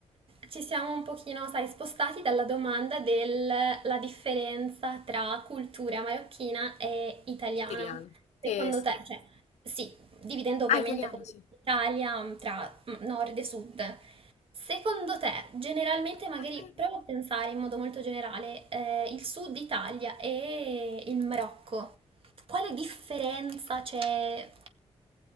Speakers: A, on the right; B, on the left.
A: ci siamo un pochino, sai, spostati dalla domanda della differenza tra cultura marocchina e italiana.
B: <laughs> Siriano.
A: Secondo
B: Eh, s-
A: te, cioè, sì, dividendo ovviamente
B: ah, italiano,
A: con
B: sì.
A: l'Italia tra mm, nord e sud, secondo te, generalmente,
B: <laughs>
A: magari provo a pensare in modo molto generale, eh, il sud Italia e il Marocco, quale differenza c'è?